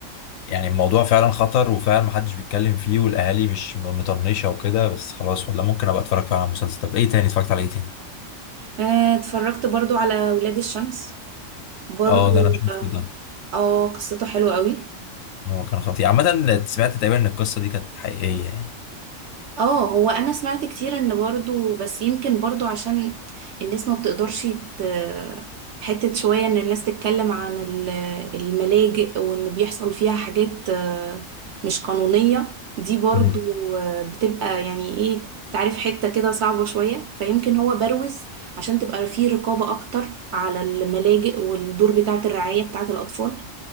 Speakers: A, on the left (about 85°); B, on the right (about 60°).
A: يعني الموضوع فعلا خطر وفعلا محدش بيتكلم فيه والأهالي مش مطنشة وكده بس خلاص والله ممكن أبقى أتفرج فعلا على المسلسل طب إيه تاني اتفرجت على إيه تاني؟
B: آه، اتفرجت برضو على ولاد الشمس برضو
A: اه ده أنا شفته
B: اه
A: ده
B: آه، قصته حلوة قوي
A: هو كان خطير عامة سمعت تقريبا إن القصة دي كانت حقيقية يعني
B: اه هو انا سمعت كتير ان برضو بس يمكن برضو عشان الناس ما بتقدرش ت... حتة شوية ان الناس تتكلم عن ال- الملاجئ وان بيحصل فيها حاجات آه، مش قانونية دي برضو
A: مم.
B: آه، بتبقى يعني ايه تعرف حتة كده صعبة شوية فيمكن هو بروز عشان تبقى فيه رقابة اكتر على الملاجئ والدور بتاعة الرعاية بتاعة الاطفال